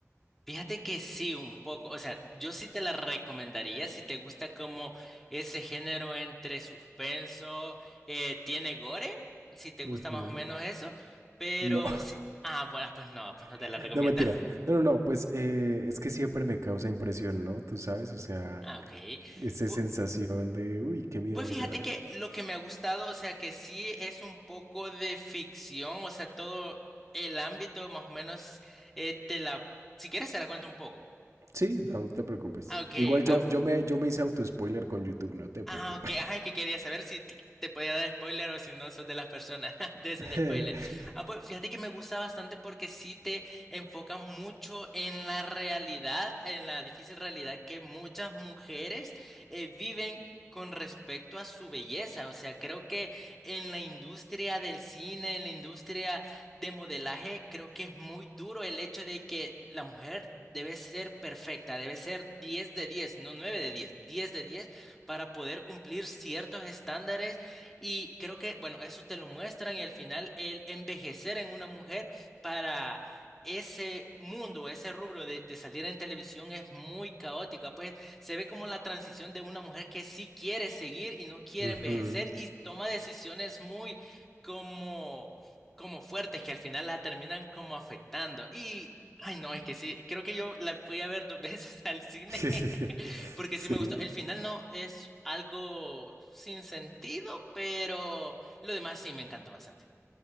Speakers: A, in the centre; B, on the right.
A: Fíjate que sí, un poco. O sea, yo sí te la recomendaría si te gusta como ese género entre suspenso, eh, tiene gore, si te gusta
B: Ujú.
A: más o menos eso, pero
B: No,
A: sí. Ah, bueno, pues no, pues no te
B: <laughs>
A: la recomiendo.
B: no mentira.
A: <laughs>
B: No, no, no, pues eh, es que siempre me causa impresión, ¿no? Tú sabes, o sea,
A: Ah, ok.
B: esa
A: Pu-
B: sensación de, uy, qué miedo,
A: Pues fíjate
B: o sea.
A: que lo que me ha gustado, o sea, que sí es un poco de ficción, o sea, todo el ámbito más o menos, eh, te la, si quieres te la cuento un poco.
B: Sí, no, no te preocupes.
A: Ah, Ok,
B: Igual
A: ah,
B: yo, yo me, yo me hice auto-spoiler con YouTube, no te preocupes.
A: Ah, ok. Ajá, es que quería saber si te te podía dar spoiler o si no sos de las personas <laughs> de esos
B: <laughs>
A: de spoiler. Ah, pues fíjate que me gusta bastante porque sí te enfoca mucho en la realidad, en la difícil realidad que muchas mujeres eh, viven. con respecto a su belleza, o sea, creo que en la industria del cine, en la industria de modelaje, creo que es muy duro el hecho de que la mujer debe ser perfecta, debe ser 10 de 10, no 9 de 10, 10 de 10 para poder cumplir ciertos estándares y creo que, bueno, eso te lo muestran y al final el envejecer en una mujer para ese mundo, ese rubro de, de salir en televisión es muy caótica, pues se ve como la transición de una mujer que sí quiere seguir y no quiere
B: Ujú.
A: envejecer y toma decisiones muy como, como fuertes que al final la terminan como afectando. Y, ay no, es que sí, creo que yo la fui a ver dos <laughs> veces al cine
B: <laughs>
A: porque
B: Sí,
A: sí me gustó. El final no es algo sin sentido, pero lo demás sí me encantó bastante.